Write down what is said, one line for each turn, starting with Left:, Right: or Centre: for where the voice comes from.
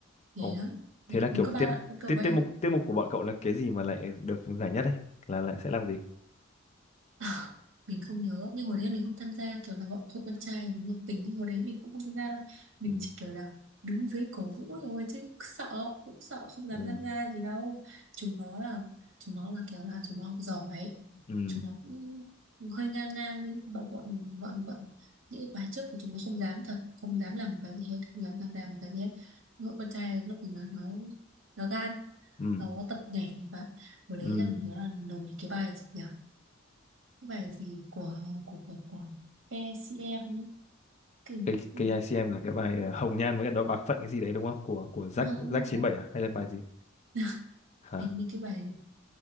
Right: ghê
Left: Ồ,
Right: lắm đấy
Left: thế là
Right: có
Left: kiểu
Right: các ba
Left: tiết
Right: bạn có kiểu
Left: tiết
Right: vậy
Left: tiết mục tiết mục của bọn cậu là cái gì mà lại được giải nhất đấy? Là lại sẽ làm gì?
Right: À, mình không nhớ nhưng hồi đấy mình không tham gia kiểu là bọn hội con trai nó nhiệt tình nhưng hồi đấy mình cũng không tham gia đâu mình
Left: Ừ,
Right: chỉ kiểu là đứng dưới cổ vũ thôi chứ sợ cũng sợ không dám
Left: ừ,
Right: tham gia gì đâu chúng nó là chúng nó là kiểu là chúng nó học giỏi ấy
Left: ừ,
Right: chúng nó cũng hơi ngang ngang đi bọn bọn bọn bọn những cái khóa trước thì chúng nó không dám thật không dám làm một cái gì hết không dám tham gia một cái gì hết hội con trai lúc mình nó nó nó gan
Left: ừ,
Right: nó tập nhảy và Hồi đấy
Left: ừ.
Right: là mình nhớ là nổi cái bài gì nhỉ? Cái bài gì của của của của PCM ấy. Cái,
Left: Cái
Right: cái,
Left: cái ICM là cái bài ờ, Hồng Nhan với cái đó Bạc Phận cái gì đấy đúng không? Của của Jack
Right: nó không
Left: Jack
Right: không
Left: chín
Right: không.
Left: bảy à hay là bài gì?
Right: <laughs>
Left: Hả?
Right: Hình như cái bài